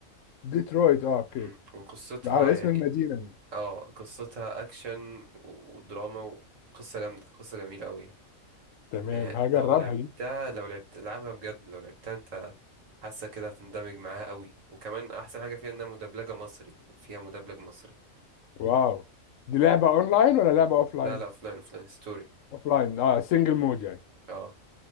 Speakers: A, on the left (about 75°); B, on the right (about 70°).
A: ديترويد
B: <laughs>
A: اه اوكي
B: مم. وقصتها
A: على اسم
B: يعني
A: المدينه دي
B: اه قصتها اكشن ودراما وقصة جامدة قصة جميلة قوي
A: تمام
B: يعني
A: هجربها
B: لو لعبتها
A: دي
B: لو لعبت لعبها بجد لو لعبتها انت حاسه كده هتندمج معاها قوي وكمان احسن حاجه فيها انها مدبلجه مصري فيها مدبلج مصري
A: واو دي لعبه اونلاين ولا لعبه اوفلاين
B: لا لا فلاين فلاين ستوري
A: اوفلاين اه سنجل مود يعني
B: اه